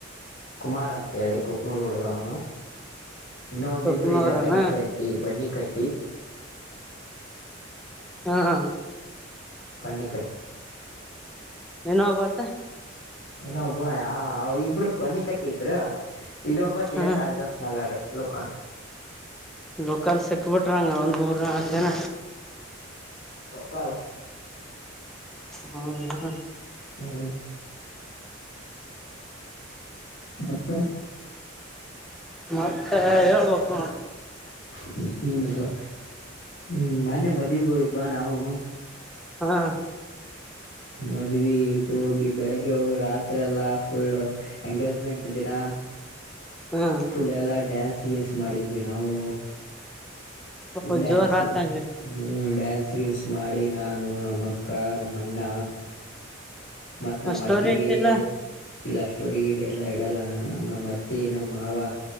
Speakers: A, on the left; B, in the centre.
A: ಕುಮಾರ್ ಅಂತ ಹೇಳಿ ಕುಕ್ನೂರ್ ಹುಡ್ಗ ಅವ್ನು. ಇನ್ನೊ ಒಂದಿಬ್ರು
B: ಕೊಕ್ನೂರನ
A: ಇಲ್ಲೆ ಬನ್ನಿ ಕಟ್ಟಿ ಬನ್ನಿ ಕಟ್ಟಿ.
B: ಹ್ಮ ಹಾ
A: ಪನ್ನಿ
B: ಇನ್ನೊಬಾತ್ತ?
A: ಇನ್ನೊಬ್ಬ ಇಬ್ರು ಬನ್ನಿ ಕಟ್ಟಿದ್ರು. ಇಡೋಪತಿಲ್ಲ
B: ಹಾ
A: ಕಳ್ದಾಸ್ ನಗರ್ ಲೋಕಲ್.
B: ಲೋಕಲ್ ಸಿಕ್ಬಿಟ್ರಂಗ ಒಂದ್ ಮೂರ್ ಹತ್ತು ಜನ
A: ಕಲ್
B: ಅ ಹ
A: ಹೌ ಮತ್ತೆ
B: ಮತ್ತೆ ಹೇಳ್ಬೇಕ ನೋ
A: ಹ್ಮ್ ಏನಿಲ್ಲ ಹ್ಮ್ ಮೊನ್ನೆ ಮದ್ವಿಗ ಹೋಗಿದ್ವಾ ನಾವು
B: ಹಾ
A: ಮದ್ವಿಗ್ ಹೋಗಿ ಬೆಳಿಗ್ಗೆ ಹೋಗಿ ರಾತ್ರಿ ಎಲ್ಲ ಫುಲ್ ಎಂಗೇಜ್ಮೆಂಟ್ ದಿನ
B: ಹಾ
A: ಫುಲ್ ಎಲ್ಲ ಡ್ಯಾನ್ಸ್ ಗೀನ್ಸ್ ಮಾಡಿದ್ವಿ ನಾವು.
B: ಸ್ವಲ್ಪ
A: ಡ್ಯಾನ್ಸ್
B: ಜೋರ್ ಆತಂಗ
A: ಹ್ಮ್ ಡ್ಯಾನ್ <unintelligible> ಮಾಡಿ ನಾನು ನಮ್ಮ ಅಕ್ಕ ನಮ್ಮಣ್ಣ. ಮತ್ತ್
B: ಮ
A: ನಮ್ಮ್
B: ಸ್ಟೋರಿ
A: ಅತ್ತಿಗೆ
B: ಇಟ್ಟಿಲ್ಲ
A: ಇಲ್ಲ ಸ್ಟೋರಿ ಗೀಡಿ ಎಲ್ಲಾ ಇಡಲ್ಲ ನಾನು ನಮ್ಮ್ ಅತ್ತಿ ನಮ್ಮ ಮಾವ